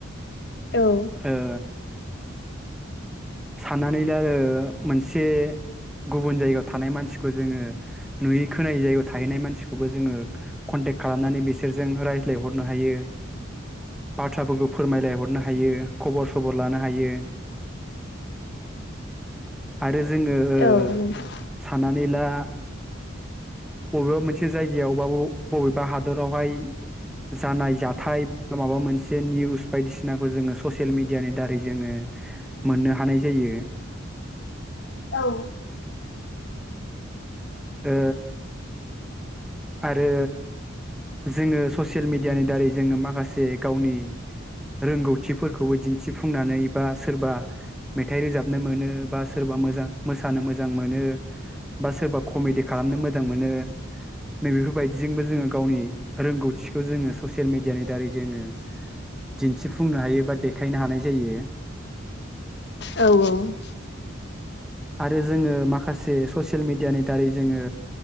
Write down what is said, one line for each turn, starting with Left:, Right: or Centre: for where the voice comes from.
Left: औ
Centre: ओ साननानैला ओ मोनसे गुबुन जायगायाव थानाय मानसिखौ जोङो नुयै खोनायै जायगायाव थाहैनाय मानसिखौबो जोङो ट्क खालामनानै बिसोरजों रायज्लायहरनो हायो। बाथ्राफोरखौ फोरमायलायहरनो हायो खबर सबर लानो हायो। आरो जोङो ओ
Left: औ नोंथां
Centre: साननानै ला बबेबा मोनसे जायगायावबा बबेबा हादरावहाय जानाय जाथाय बा माबा मोनसे निउस बायदिसिनाखौ जोङो ससियेल मिडियानि दारै जोङो मोननो हानाय जायो।
Left: औ
Centre: ओ आरो जोङो ससियेल मिडियानि दारै जोङो माखासे गावनि रोंगौथिफोरखौबो दिन्थिफुंनानै बा सोरबा मेथाइ रोजाबनो मोनो बा सोरबा बा मोजा मोसानो मोजां मोनो बा सोरबा कमेडि खालामनो मोजां मोनो। नै बेेफोरबायायदिजोंबो जोङो गावनि रोंगौथिखौ जोङो ससियेल मिेडियानि दारै जोङो दिन्थिफुंनो हायो बा देखायनो हानाय जायो।
Left: औ औ
Centre: आरो जोङो माखासे ससियेल मिडियानि दारै जोङो